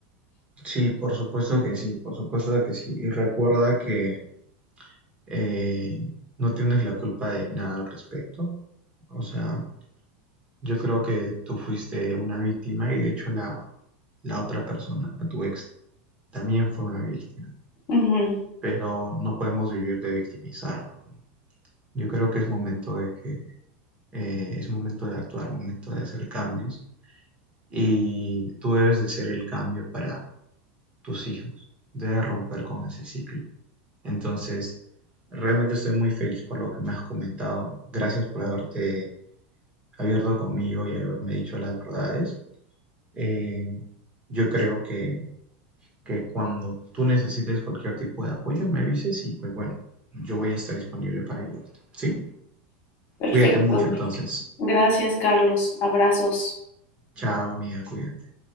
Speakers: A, on the right; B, on the left.
A: Sí, por supuesto que sí, por supuesto que sí. Y recuerda que eh, no tienes la culpa de nada al respecto. O sea, yo creo que tú fuiste una víctima y de hecho la, la otra persona, tu ex, también fue una víctima.
B: Ujú,
A: Pero no podemos vivir de victimizarnos. ¿no? Yo creo que es momento de que eh, es momento de actuar, momento de hacer cambios y tú debes de ser el cambio para tus hijos, debes romper con ese ciclo. Entonces, realmente estoy muy feliz por lo que me has comentado. Gracias por haberte abierto conmigo y haberme dicho las verdades. Eh, yo creo que, que cuando tú necesites cualquier tipo de apoyo, me avises y pues bueno, yo voy a estar disponible para ayudarte. ¿Sí?
B: perfecto.
A: Cuídate mucho entonces.
B: Gracias, Carlos. Abrazos.
A: Chao, amiga, cuídate.